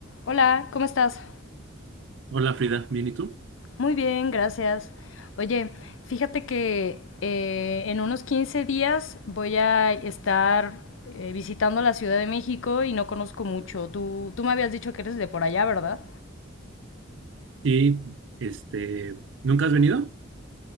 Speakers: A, on the left (about 75°); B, on the right (about 65°).
A: Hola, ¿cómo estás?
B: Hola Frida, ¿bien y tú?
A: Muy bien, gracias. Oye, fíjate que eh, en unos 15 días voy a estar eh, visitando la Ciudad de México y no conozco mucho. Tú, tú me habías dicho que eres de por allá, ¿verdad?
B: Y este, ¿nunca has venido?